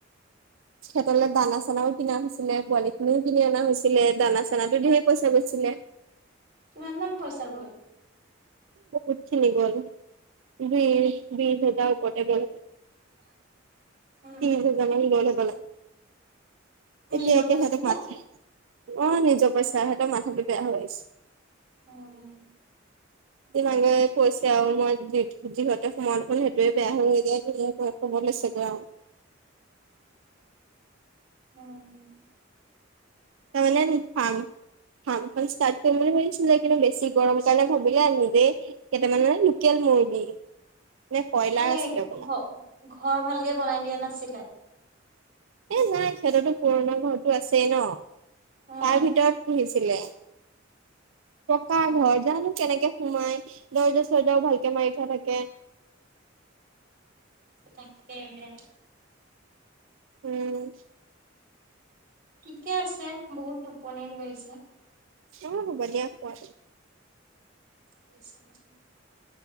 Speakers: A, on the right; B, on the right.
A: সিহঁতলৈ দানা চানাও কিনা হৈছিলে পোৱালি খিনিও কিনি অনা হৈছিলে, দানা চানাটো ঢেৰ পইচা গৈছিল। লে
B: কিমান মান পইচা গ'ল?
A: বহুতখিনি গ'ল। বিছ-বিছ হাজাৰ ওপৰতে গ'ল।
B: উম
A: তিনিহাজাৰ মান নিবলৈ পালে। এতিয়া-এতিয়া
B: নিজৰ পইচা
A: সিহঁতক
B: নে?
A: <unintelligible> অ', নিজৰ পইচা, সেইকাৰণে মাথাটো বেয়া হৈ আহিছে।
B: উম
A: দিমাাগে
B: বুজিছো
A: কৈছে আৰু মই যি যিহতে সময় ফোন সেইটোৱে বেয়া হৈ যায় ম ক'ব লৈছেগে আৰু।
B: উম।
A: Permanent farm. ফাৰ্মখন ষ্টাৰ্ট কৰিম বুলি ভাবিছিলে, কিন্তু বেছি গৰম কাৰণে ভাবিলে, নিজেই কেইটামান মানে লোকেল মুৰ্গী নে কয়লাৰ
B: এ,
A: আছিলে হবলা
B: ঘ ঘৰ ভালকে বনাই দিয়া নাছিলে।
A: এ, নাই সিহঁতেতো পুৰণা ঘৰটো আছেই ন।
B: উম
A: তাৰ ভিতৰত পুহিছিলে। ককা
B: অ
A: ঘৰ জানো কেনেকে সোমাই দৰ্জা-চৰ্জাও ভালকে মাৰি থোৱা থাকে।
B: তাকেহে।
A: উম।
B: ঠিকে আছে বহুত টোপনি ধৰিছে।
A: অ', বনীয়া খোৱা।
B: <unintelligible>